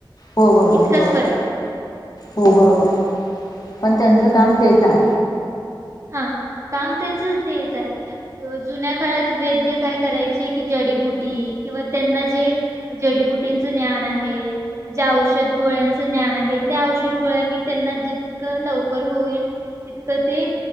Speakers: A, on the left; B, on the right.
A: हो बरोबर
B: इतकाच
A: बरोबर
B: फरक आहे.
A: हो बरोबर, पण त्यांच काम
B: हा
A: तेच हाय
B: हा, काम त्येनचं तेच हाय अ जुन्या काळात वैद्य काय करायचे कि जडीबुटी किंवा त्यांना जे जडीबुटींचं ज्ञान आहे. ज्या औषध गोळ्यांचं ज्ञान आहे, त्या औषध गोळ्यांनी त्यांना जितकं लवकर होईल तितकं ते